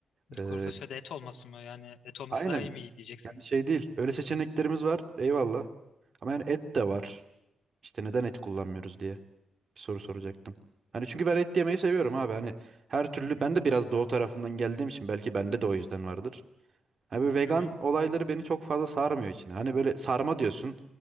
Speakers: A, on the right (about 55°); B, on the left (about 75°).
A: Ee,
B: Kuru fasulyede et olması mı? Yani et olması
A: aynen
B: daha iyi mi iyi diyeceksin.
A: yani şey değil. Öyle seçeneklerimiz var. Eyvallah. Ama yani et de var. İşte neden et kullanmıyoruz diye bir soru soracaktım. Hani çünkü ben et yemeyi seviyorum abi. Hani her türlü
B: Hı hı.
A: ben de biraz doğu tarafından geldiğim için belki bende de o yüzden vardır. Hani böyle vegan
B: Hı hı.
A: olayları beni çok fazla sarmıyor içine. Hani böyle sarma diyorsun.